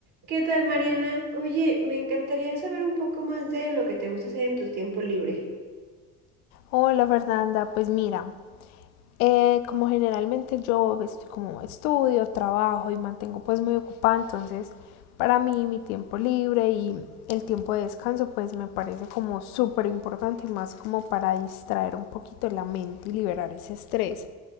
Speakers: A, on the right; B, on the left.
A: ¿Qué tal, Mariana? Oye, me encantaría saber un poco más de lo que te gusta hacer en tu tiempo libre.
B: Hola Fernanda, pues mira, eh, como generalmente yo estoy como estudio, trabajo y mantengo pues muy ocupada, entonces para mí mi tiempo libre y el tiempo de descanso pues me parece como súper importante y más como para distraer un poquito la mente y liberar ese estrés.